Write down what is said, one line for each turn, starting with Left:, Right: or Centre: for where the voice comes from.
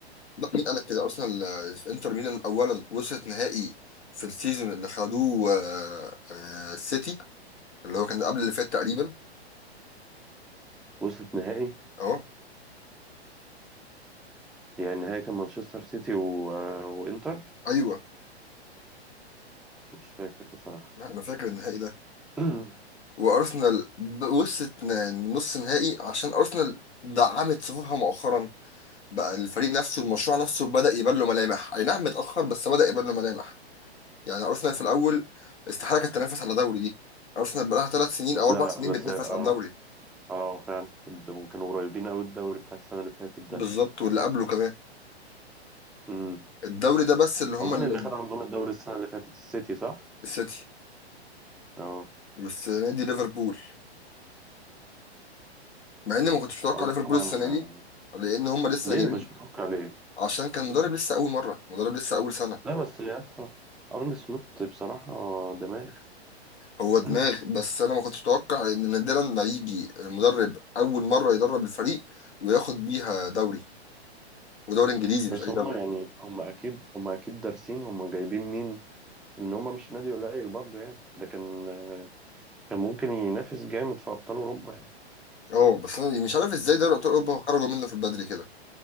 Left: لا مين قال لك كده ارسنال آه، انتر ميلان اولا وصلت نهائي في السيزون اللي خدوه آه، آه، السيتي اللي هو كان قبل اللي فات تقريبا
Centre: وصلت نهائي
Left: اه
Centre: يعني نهائي كان مانشستر سيتي و... آه، وانتر
Left: ايوه
Centre: مش فاكر بصراحة
Left: لا، انا فاكر النهائي ده
Centre: <clears throat>
Left: وارسنال ب- وصلت ن- نص نهائي عشان ارسنال دعمت صفوفها مؤخرا بقى الفريق نفسه المشروع نفسه بدأ يبان له ملامح اي نعم متأخر بس بدأ يبان له ملامح يعني ارسنال في الاول استحاله كانت تنافس على دوري دي ارسنال بقى لها ثلاث سنين او اربع
Centre: لا
Left: سنين
Centre: بس
Left: بتنافس
Centre: اه
Left: على الدوري
Centre: اه فعلا ده كانوا قريبين قوي الدوري بتاع السنة اللي فاتت ده
Left: بالظبط واللي قبله كمان
Centre: امم
Left: الدوري ده بس اللي هم
Centre: هو مين
Left: ال-
Centre: اللي خد عندهم الدوري السنة اللي فاتت السيتي صح؟
Left: السيتي
Centre: اه
Left: والسنه دي ليفربول مع اني ما كنتش متوقع
Centre: صلاح
Left: ليفربول
Centre: طبعا
Left: السنه دي
Centre: آه،
Left: لان هم لسه
Centre: ليه
Left: جايبين
Centre: مش متوقع ليه؟
Left: عشان كان مدرب لسه اول مره مدرب لسه اول سنه
Centre: لا بس يا اسطى ارن سلوت بصراحة دماغ
Left: هو دماغ
Centre: <clears throat>
Left: بس انا ما كنتش اتوقع ان نادرا ما يجي مدرب اول مره يدرب الفريق وياخد بيها دوري ودوري انجليزي
Centre: بس
Left: مش اي
Centre: هم
Left: دوري
Centre: يعني هم اكيد هم اكيد دارسين هم جايبين مين ان هم مش نادي قليل برضه يعني ده كان آه، كان ممكن ينافس جامد في ابطال اوروبا يعني
Left: اه بس انا مش عارف ازاي دوري ابطال اوروبا خرجوا منه في البدري كده